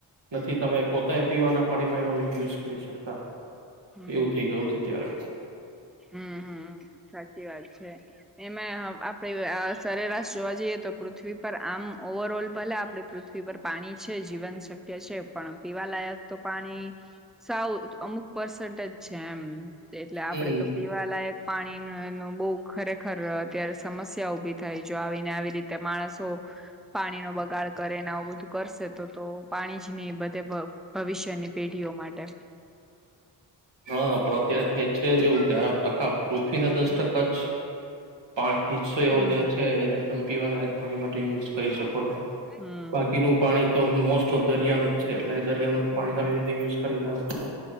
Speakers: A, on the right; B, in the centre.
A: નથી તમે પોતા ને પીવાના પાણીમાં એનો યુઝ કરી શકતા
B: હમ
A: એવું થઇ ગયું છે અત્યારે
B: હમ હમ સાચી વાત છે એમાં આપડી સરેરાશ જોવા જઈએ તો પૃથ્વી પર આમ ઓવર ઓલ ભલે આપ પૃથ્વી પર પાણી છે જીવન શક્ય છે પણ પીવાલાયક તો પાણી સાવ અમુક પર્સન્ટેજ છે એમ. એટલે આપડે
A: હમ
B: તો પીવાલાયક પાણી નો બહ ખરેખ ખર અત્યારે સમસ્યા ઉભી થાય જો આવીને આવી રીતે માણસો પાણી નો બગાડ કરે ને આવું બધું કરશે તો તો પાણી જ ની બધે ભવિષ્યની પેઢીઓ માટે.
A: હા પણ અત્યારે થઈ છે જેવું કે હા કફી ના દસ
B: હમ
A: ટકા જ પણ હિસ્સો એવો
B: હમ
A: જે છે એને તમ પીવા લાયક પાણી માટે યુઝ કરી શકો છો
B: હમ
A: બાકીનું પાણી તો મોસ્ટ તો દરિયાનું જ
B: હમ
A: છે એટલે દરિયાનું તો
B: હમ
A: પાણી તમે રીતે યુઝ કરી ના શકો.